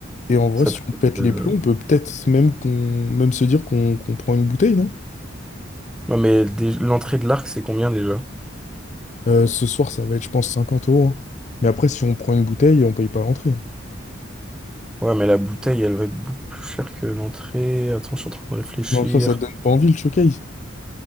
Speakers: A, on the left; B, in the centre.
A: et en vrai,
B: ça
A: si
B: peut...
A: on pète
B: être,
A: les
B: euh,
A: plombs, on peut peut-être même, qu'on, même se dire qu'on qu'on prend une bouteille, non?
B: Non, mais dé- l'entrée de l'arc, c'est combien déjà?
A: Euh, ce soir, ça va être, je pense, 50 euros. hein. Mais après, si on prend une bouteille, on paye pas l'entrée.
B: Ouais, mais la bouteille, elle va être beaucoup plus chère que l'entrée. Attends, je suis en train de réfléchir.
A: Mais en soi, ça te donne pas envie le showcase.